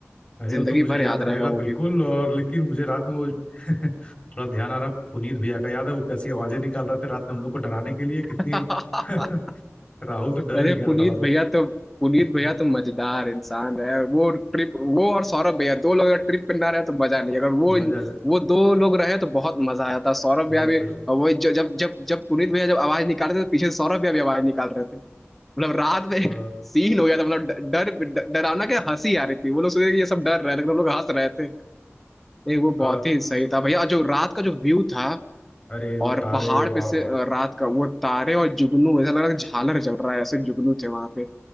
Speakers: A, on the left; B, in the centre.
A: अरे
B: जिंदगी
A: वो तो मुझे
B: भर
A: याद
B: याद
A: रहेगा
B: रहेगा वो
A: बिल्कुल
B: व्यू
A: और लेकिन मुझे रात में वो <laughs> थोड़ा ध्यान आ रहा पुनीत भैया का याद है वो कैसी आवाजें निकाल रहे थे रात में हम लोग को डराने के लिए कितनी
B: <laughs>
A: <laughs> राहुल तो डर
B: अरे
A: भी गया
B: पुनीत
A: था थोड़ा
B: भैया
A: सा
B: तो पुनीत
A: <laughs>
B: भैया तो मजेदार इंसान है वो ट्रिप वो और सौरभ भैया दो लोग अगर ट्रिप पे ना रहे तो मजा नहीं अगर वो
A: मजा आ रहा है,
B: वो दो लोग रहे तो बहुत मजा आ जाता सौरभ
A: बहुत
B: भैया भी
A: मजा आ
B: और वही ज- जब जब जब पुनीत भैया जब आवाज निकाल रहे थे तो पीछे से सौरभ भैया भी आवाज निकाल रहे थे मतलब रात में
A: रहा।
B: <laughs> सीन हो गया था मतलब ड- डर ड- डरावना क्या हंसी आ रही थी वो लोग सोच रहे थे कि ये सब डर रहे हैं लेकिन हम लोग हंस रहे थे ये वो बहुत
A: और
B: ही सही था भैया और जो रात का जो व्यू था
A: <laughs> अरे वो
B: और
A: तारे
B: पहाड़
A: वाह
B: पे से
A: वाह
B: अ, रात का वो तारे और जुगनू ऐसा लग रहा था झालर जल रहा है ऐसे जुगनू थे वहां पे